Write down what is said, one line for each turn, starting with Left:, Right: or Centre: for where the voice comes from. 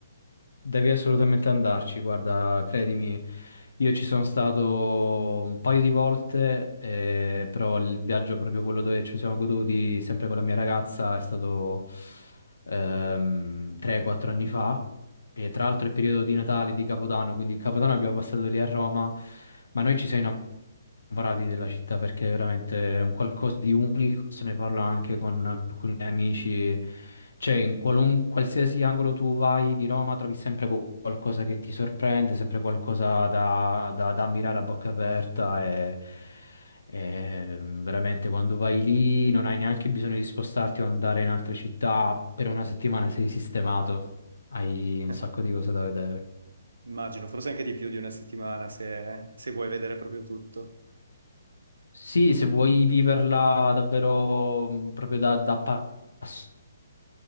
Left: Devi assolutamente andarci, guarda, credimi, io ci sono stato un paio di volte, eh, però il viaggio proprio quello dove ci siamo goduti sempre con la mia ragazza è stato ehm, 3-4 anni fa e tra l'altro è periodo di Natale, di Capodanno, quindi il Capodanno abbiamo passato lì a Roma, ma noi ci siamo parati della città perché è veramente un qualcosa di unico, se ne parla anche con alcuni amici, cioè in qualun- qualsiasi angolo tu vai di Roma trovi sempre qual- qualcosa che ti sorprende, sempre qualcosa da, da- da ammirare a bocca aperta e, e veramente quando vai lì non hai neanche bisogno di spostarti o andare in altre città, per una settimana sei sistemato, hai un
Right: Eh,
Left: sacco di cose da vedere.
Right: immagino, forse anche di più di una settimana se, se vuoi vedere proprio tutto.
Left: Sì, se vuoi viverla davvero mh, proprio da, da passo,